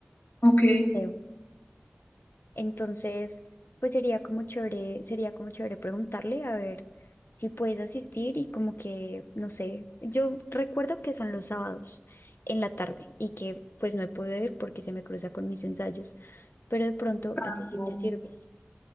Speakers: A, on the left (about 55°); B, on the left (about 70°).
A: Ok.
B: creo. Entonces, pues sería como chévere, sería como chévere preguntarle a ver si puedes asistir y como que, no sé, yo recuerdo que son los sábados en la tarde y que pues no he podido ir porque se me cruza con mis ensayos, pero de pronto
A: Ah,
B: a ti sí
A: claro.
B: te sirve.